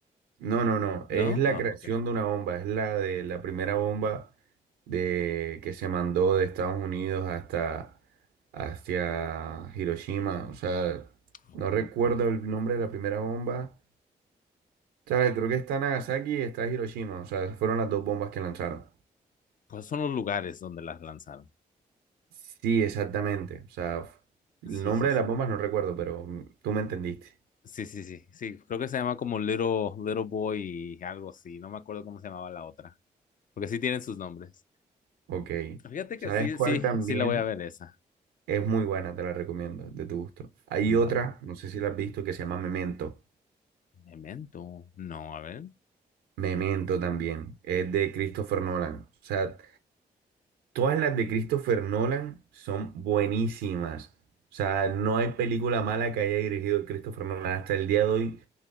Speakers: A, on the right; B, on the left.
A: No, no, no,
B: ¿No?
A: es la
B: Ah,
A: creación
B: ok.
A: de una bomba, es la de la primera bomba de que se mandó de Estados Unidos hasta hacia Hiroshima, o sea,
B: Ok.
A: no recuerdo el nombre de la primera bomba. O sea, creo que está Nagasaki y está Hiroshima, o sea, fueron las dos bombas que lanzaron.
B: Pues son los lugares donde las lanzaron.
A: Sí, exactamente. O sea, f- el
B: Sí,
A: nombre
B: sí, sí.
A: de las bombas no recuerdo, pero mm, tú me entendiste.
B: Sí, sí, sí, sí. Creo que se llama como Little, Little Boy y algo así. No me acuerdo cómo se llamaba la otra. Porque sí tienen sus nombres.
A: Ok.
B: Fíjate
A: ¿Sabes
B: que sí,
A: cuál
B: sí,
A: también
B: sí la voy a ver esa.
A: es muy buena? Te la recomiendo, de tu gusto. Hay otra,
B: Va-
A: no sé si la has visto, que se llama Memento.
B: Memento. No, a ver.
A: Memento también. Es de Christopher Nolan. O sea, todas las de Christopher Nolan son buenísimas. O sea, no hay película mala que haya dirigido Christopher Nolan. Hasta el día de hoy